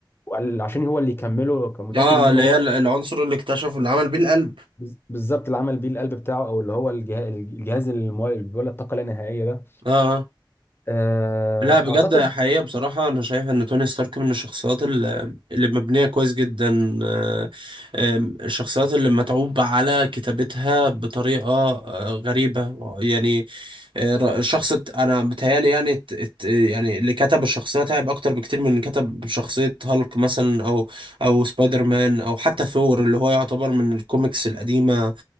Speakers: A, on the left; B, on the right.
A: وقال عشان هو اللي يكمله كان متاكد
B: اه
A: ان ابنه
B: اللي
A: هو
B: هي العنصر اللي اكتشفه اللي عمل بيه القلب
A: بز- بالظبط اللي عمل بيه القلب بتاعه او اللي هو الجهاز الجهاز المولد- اللي بيولد طاقه لا نهائيه ده
B: اه آه.
A: آه،
B: لا بجد
A: اعتقد
B: حقيقة بصراحة أنا شايف إن توني ستارك من الشخصيات ال- اللي مبنية كويس جدا آه، آم، الشخصيات اللي متعوب على كتابتها بطريقة آه، غريبة يعني آه، ر- شخص ات- أنا بتهيالي يعني ات- ات- يعني اللي كتب الشخصية تعب أكتر بكتير من اللي كتب شخصية هالك مثلا أو أو سبايدر مان أو حتى ثور اللي هو يعتبر من الكوميكس القديمة